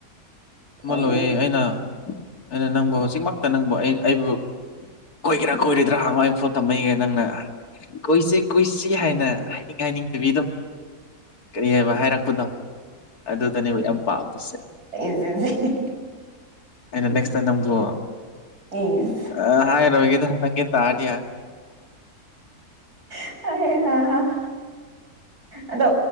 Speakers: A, on the left; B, on the right.
A: ꯑꯃ
B: ꯑꯣꯏꯅꯤ
A: ꯂꯣꯏꯌꯦ ꯑꯩꯅ ꯑꯩꯅ ꯅꯪꯕ ꯍꯧꯖꯤꯛꯃꯛꯇ ꯅꯪꯕꯨ ꯑꯩ ꯑꯩꯕꯨ ꯀꯣꯏꯒꯦꯔꯥ ꯀꯣꯏꯔꯣꯏꯗ꯭ꯔꯥ ꯍꯥꯡꯉꯣꯅ ꯐꯣꯟ ꯊꯝꯃꯒꯦ ꯅꯪꯅ ꯀꯣꯏꯁꯤ ꯀꯨꯏꯁꯤ ꯍꯥꯏꯅ ꯍꯥꯏꯅꯤꯡ ꯍꯥꯏꯅꯤꯡꯗꯕꯤꯗꯣ ꯀꯔꯤ ꯍꯥꯏꯕ ꯍꯥꯏꯔꯛꯄꯗꯣ ꯑꯗꯨꯗꯅꯦꯕ ꯌꯥꯝ ꯄꯥꯝꯕꯁꯦ
B: <unintelligible>
A: ꯑꯩꯅ ꯅꯦꯛꯁ ꯇꯥꯏꯝ ꯅꯪꯕꯨ
B: ꯑꯝ
A: ꯑꯥ ꯍꯥꯏꯔꯣꯏꯒꯦꯗ ꯅꯪꯒꯤ ꯇꯥꯔꯗꯤ ꯌꯥꯔꯦ
B: <unintelligible> ꯑꯗꯣ